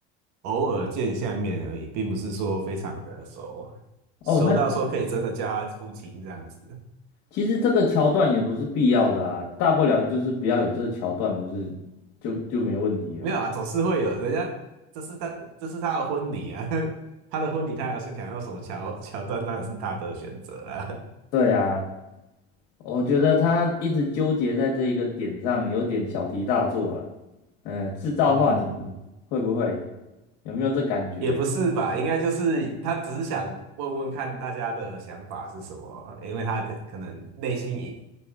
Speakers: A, on the right; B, on the left.
A: 偶尔见一下面而已，并不是说非常的熟，
B: 哦，
A: 熟到说可以真的叫他父亲这样子。
B: 那其实这个桥段也不是必要的啊，大不了就是不要有这个桥段，不是就就没问题了嘛？
A: 没有啊，总是会有人家，这是他，这是他的婚礼啊，<laughs> 他的婚礼，他要想想要什么桥桥段，当然是他的选择啊。
B: 对啊，我觉得他一直纠结在这一个点上，有点小题大做了。嗯，制造话题
A: 嗯嗯，
B: 会不会有没有这感觉？
A: 也不是吧，应该就是他只是想问问看大家的想法是什么，因为他的可能内心也